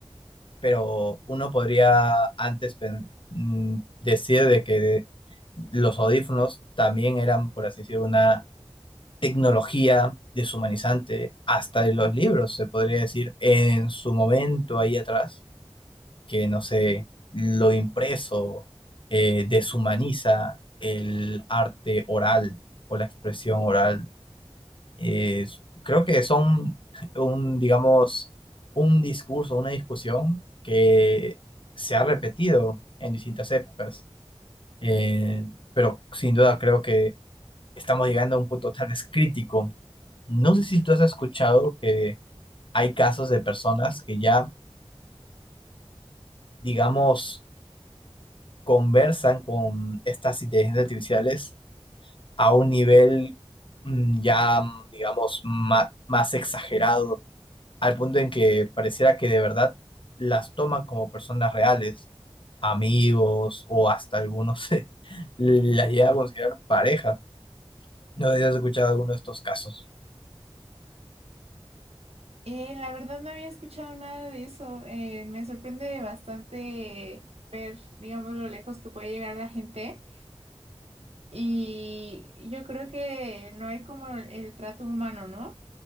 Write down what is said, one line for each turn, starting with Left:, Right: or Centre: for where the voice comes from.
Left: pero uno podría antes pen- mm, decir de que los audífonos también eran, por así decir, una tecnología deshumanizante, hasta en los libros, se podría decir, en su momento ahí atrás, que no sé, lo impreso eh, deshumaniza el arte oral o la expresión oral eh, creo que son un, digamos, un discurso, una discusión que se ha repetido en distintas épocas. Eh, pero sin duda creo que estamos llegando a un punto tal vez crítico. No sé si tú has escuchado que hay casos de personas que ya, digamos, conversan con estas inteligencias artificiales a un nivel mm, ya, digamos, ma- más exagerado al punto en que pareciera que de verdad las toman como personas reales, amigos o hasta algunos <laughs> se las llega a considerar pareja. No sé si has escuchado alguno de estos casos.
Right: Eh, la verdad no había escuchado nada de eso. Eh, me sorprende bastante ver, digamos, lo lejos que puede llegar la gente. Y yo creo que no hay como el, el trato humano, ¿no?